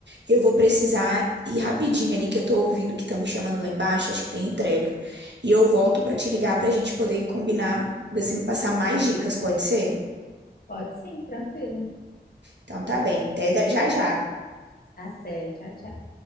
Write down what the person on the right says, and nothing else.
Eu vou precisar ir rapidinho ali que eu tô ouvindo que estão me chamando lá embaixo, acho que tem entrega. E eu volto pra te ligar pra gente poder combinar, você me passar mais dicas, pode ser?
Então tá bem. Até da- já já.